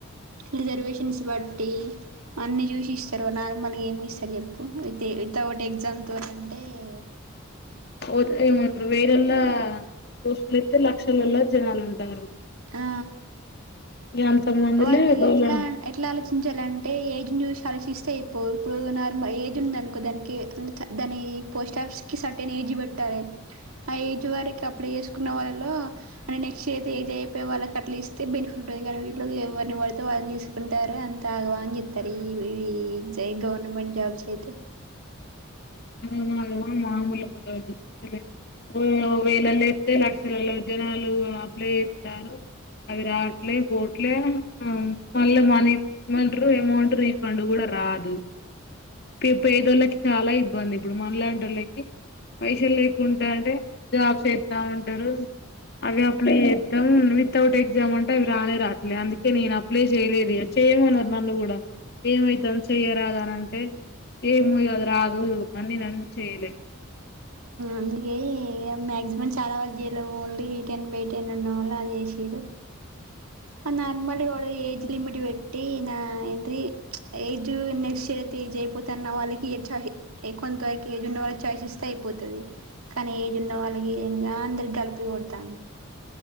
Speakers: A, on the right; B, on the left.
A: రిజర్వేషన్స్ బట్టి అన్ని చూసి ఇస్తారు నార్మల్గా ఏమి ఇస్తారు చెప్ అయితే వితౌట్ ఎగ్జామ్ తో అంటే ఏ
B: ఉదా ఏమంటారు వేరల్లా పోస్టులు ఎతే లక్షలలా జనాలు ఉంటారు
A: ఆ
B: ఇగ అంత మందిలే
A: వాళ్ళు
B: బోల
A: ఎట్లా ఎట్లా ఆలోచించాలంటే ఏజ్ చూసి ఆలోచిస్ చేపో ఇప్పుడు నార్మల్ ఏజ్ ఉంది అనుకో దానికి దాని పోస్ట్ ఆఫీస్ కి సర్టెన్ ఏజ్ పెట్టాలి ఆ ఏజ్ వరకి అప్పుడ చేసుకున్న వాళ్ళలో నెక్స్ట్ ఇయర్ ఏజ్ అయిపోయి వాళ్ళకి అట్లా ఇస్తే బెనిఫిట్ ఉంటంది కానీ ఎవరిని పడితే వాళ్ళని తీసుకుంటారు అంత ఆగవాని చెప్తారు ఈ గవర్నమెంట్ జాబ్స్ అయితే
B: అద మా మామూలుగా అసలే ఓ వేలలో ఎస్తతే లక్షల జనాలు అప్లై ఇస్తారు అవి రావట్లే పోట్లే మళ్ళీ మనీ మంటర్ అమౌంట్ రీఫండ్ కూడా రాదు పే పేదోళ్ళకి చాలా ఇబ్బంది ఇప్పుడు మనలాంటి వాళ్లకి పైసలు లేకుంటే జాబ్స్ వస్తా ఉంటారు అవే అప్లై చేస్తాం వితౌట్ ఎగ్జామ్ అంటే అవి రానే రాట్లే అందుకే నేను అప్లై చేయలేదు చేయమన్నారు నన్ను కూడా ఏమైతుని చెయరాగా అని అంటే ఏ మోయదు రాదు మన్నీ నను చేలే
A: అందుకే మాక్సిమం చాలా వరకు చేయలే ఓన్లీ టెన్ బై టెన్ ఉన్న వాళ్ళు అది ఏసిర్రు ఆ నర్మల్ వాడు ఏజ్ లిమిట్ ట్టి నా ఎంట్రీ ఏజ్ నెక్స్ట్ ఇయర్ అయితే ఏజ్ అయిపోతున్న వాళ్ళకి ఇచ్చా హీ కొంత వరకు ఏజ్ ఉన్న వాళ్ళకి చాయిస్ ఇస్తే పోతది కానీ ఏజ్ ఉన్న వాళ్ళకి ఏ అందరి కలిపి కొడతాండు